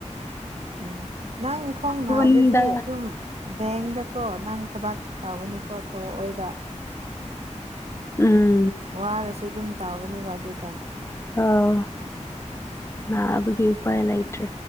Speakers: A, on the right; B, on the left.
A: ꯎꯝ ꯅꯪ ꯈꯣꯡ ꯅꯥꯗ꯭ꯔꯗꯤ
B: ꯈꯨꯟꯗ
A: ꯑꯗꯨꯝ ꯕꯦꯡꯗꯀꯣ ꯅꯪ ꯊꯕꯥꯛ ꯇꯧꯒꯅꯤꯀꯣ ꯇꯣ ꯑꯣꯏꯕ
B: ꯎꯝ
A: ꯋꯥꯔꯁꯨ ꯑꯗꯨꯝ ꯇꯥꯎꯒꯅꯤꯕ ꯑꯗꯨꯗ
B: ꯑꯣ ꯅꯥꯕꯒꯤ ꯎꯄꯥꯏ ꯂꯩꯇ꯭ꯔꯦ